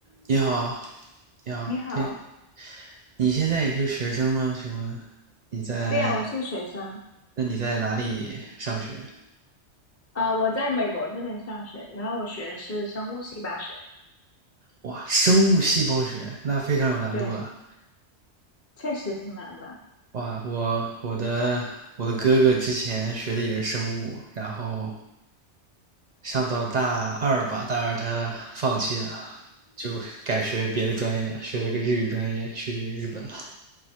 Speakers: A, on the right; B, on the left.
A: 你好，你好，
B: 你好，
A: 听，你现在也是学生吗？请问你在，
B: 对呀，我是学生，
A: 那你在哪里上学？
B: 啊、我在美国这边上学，然后我学的是生物细胞学，
A: 哇，生物细胞学，那非常有难度了。
B: 对，确实挺难的，
A: 哇，我我的我的哥哥之前学的也是生物，然后上到大二吧，大二他放弃了，就改学别的专业了，学了个日语专业，去日本了。